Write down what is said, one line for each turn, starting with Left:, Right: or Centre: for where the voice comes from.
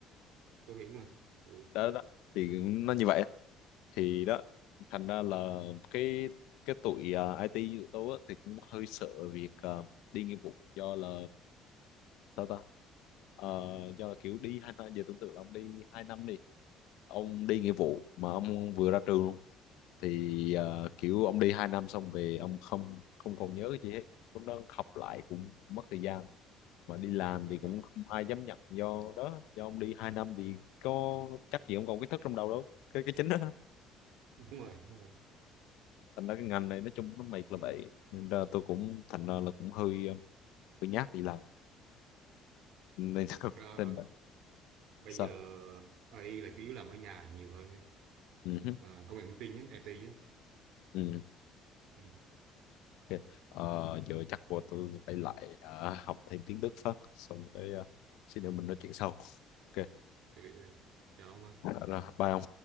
Right: tôi hiểu mà ừ.
Left: đó đó thì nó như vậy thì đó thành ra là cái cái tụi ờ, IT tụi tôi á, thì cũng hơi sợ việc ờ, đi nghĩa vụ do là sao ta Ờ, do là kiểu đi hai năm giờ tưởng tượng là ông đi hai năm đi ông đi nghĩa vụ mà ông vừa ra trường luôn thì ờ, kiểu ông đi 2 năm xong về ông không không còn nhớ cái gì hết lúc đó học lại cũng mất thời gian mà đi làm
Right: thật
Left: thì cũng
Right: ra
Left: không
Right: ừ.
Left: ai dám nhận do đó do ông đi 2 năm thì có chắc gì ông còn kiến thức trong đầu đâu cái cái chính đó
Right: đúng rồi đúng rồi
Left: thành ra cái ngành này nói chung nó mệt là vậy nên ra tôi cũng thành ra là cũng hơi ờ, hơi nhát đi làm nên <laughs>
Right: thật ra
Left: nên
Right: bây
Left: sao
Right: giờ AI là chủ yếu làm ở nhà nhiều hơn ấy.
Left: ừ. hứ,
Right: À, công nghệ thông tin ấy, IT ấy.
Left: ừ.
Right: Ừ.
Left: ok. Ờ, giờ chắc của tôi phải lại ờ, học thêm tiếng Đức phát xong cái ờ, xin được mình nói
Right: Ừ.
Left: chuyện sau ok
Right: Ừ. ừ. Chào ông
Left: Ờ, rồi, bye ông